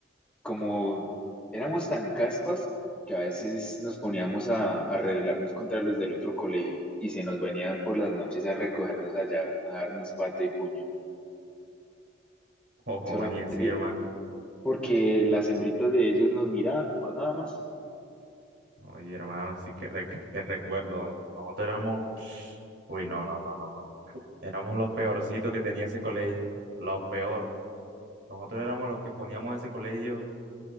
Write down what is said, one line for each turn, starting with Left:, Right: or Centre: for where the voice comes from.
Centre: como éramos tan caspas que a veces nos poníamos a, a rebelarnos contra los del otro colegio y se nos venían por las noches a recogernos allá, a darnos pata y puño,
Right: Oye,
Centre: solamente
Right: sí, hermano.
Centre: porque las hembritas de ellos nos miraban, por nada más.
Right: Oye, hermano, sí que, re- que recuerdo, ¿vale? Nosotros éramos. Uy, no, no, no, no, no. Éramos lo peorcito que tenía ese colegio. Lo peor. Nosotros éramos los que poníamos ese colegio